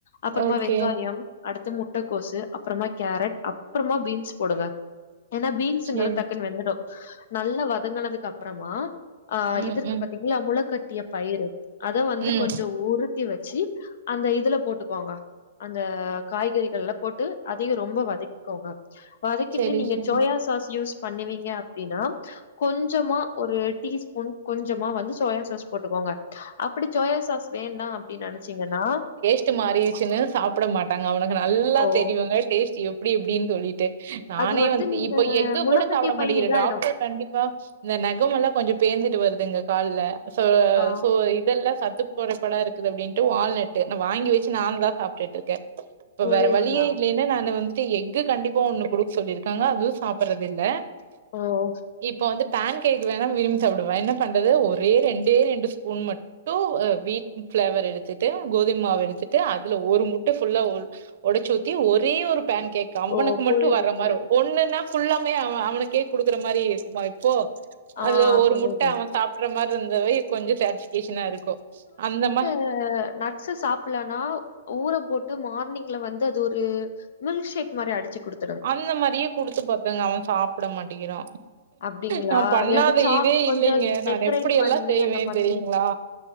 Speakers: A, on the left (about 65°); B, on the right (about 60°).
A: அப்றமா
B: ஓகே
A: வெங்காயம் அடுத்து முட்டக்கோசு அப்றமா கேரட் அப்றமா பீன்ஸ் போடுங்க ஏனா பீன்ஸுங்குற
B: செரி
A: டக்குன் வெந்துடு நல்லா வதங்குனதுக்கப்றமா ஆ
B: ம்
A: இதுருக்கு
B: ம்
A: பாத்தீங்ளா முளகட்டிய பயிறு அத வந்து
B: ம்
A: கொஞ்சொ உரு த்தி வச்சி அந்த இதுல போட்டுக்கோங்க அந்த காய்கறிகள்ல போட்டு அதயு ரொம்ப வதக்கிக்கோங்க வதக்கிட்டு
B: செரி
A: நீங்க
B: செரி
A: சோயா சாஸ் யூஸ் பண்ணுவீங்க அப்டின்னா கொஞ்சமா ஒரு டீ ஸ்பூன் கொஞ்சமா வந்து சோயா சாஸ் போட்டுக்கோங்க அப்பிடி சோயா சாஸ் வேண்டா அப்டின் நெனச்சீங்கன்னா
B: ட்டு மாறிடுச்சுன்னு சாப்புட மாட்டாங்க அவனுக்கு நல்லா
A: ஓ
B: தெரியுங்க டேஸ்ட்டு எப்டி எப்டின் சொல்லிட்டு நானே
A: அது
B: வந்து
A: நீங்க
B: இப்ப எக்கு
A: முளக்கட்டிய
B: கூட சாப்புட மாட்டிங்குற
A: பயிறு இதாயிடு
B: டாக்டர் கண்டி ப்பா இந்த நகமெல்லா கொஞ்ச பேந்துட்டு வருதுங்க கால்ல சோ
A: ஆ
B: சோ இதெல்லா சத்து கொறைபாடா இருக்குது அப்டின்ட்டு வால்நட்டு ந வாங்கி வச்சு நாந்தா சாப்டுட்ருக்கே இப்ப
A: புரியுதுங்க
B: வேற வழியே இல்லைனா நானு வந்து ட்டு எக்கு கண்டிப்பா ஒன்னு குடுக் சொல்லிருக்காங்க அதுவு சாப்புறதில்ல
A: ஓ
B: இப்ப வந்து பேன் கேக் வேணா விரும்பி சாப்டுவே என்ன பண்றது ஒரே ரெண்டே ரெண்டு ஸ்பூன் மட்டு அ வீட் ஃபிளேவர் எடுத்துட்டு கோதும்மாவு எடுத்துட்டு அதுல ஒரு முட்ட ஃபுல்லா ஒ ஒடச்சு ஊத்தி ஒரே ஒரு பேன் கேக்கு அவனுக்கு
A: ஓ புரியுது,
B: மட்டு வர்ற
A: புரியுது.
B: மாரி ஒன்னுன்னா ஃபுல்லாமே அவ அவனுக்கே குடுக்குற மாரி இருக்குமா இப்போ
A: ஆ
B: அதுல ஒரு
A: புரியுது.
B: முட்ட அவ சாப்பிட்ற மாரி இருந்தாவே கொஞ்ச சாட்டிஸ்வ்கேஷனா இருக்கு அந்த மார்
A: து நட்ஸு சாப்பலன்னா ஊர போட்டு மார்னிங்ல வந்து அது ஒரு மில்க்ஷேக் மாரி அடிச்சி குடுத்
B: அந்த மாரியே குடுத்து பாத்தேங்க அவ சாப்ட மாட்டேங்கிறா
A: அப்டிங்களா?
B: நா பண்ணா
A: எது
B: த
A: சாக்
B: இதே
A: கொஞ்சம்
B: இல்லைங்க
A: டெக்கரேட்
B: நானு எப்டி
A: பண்ணி
B: எல்லா செய்வே
A: அந்த மாதிரி.
B: தெரியுங்ளா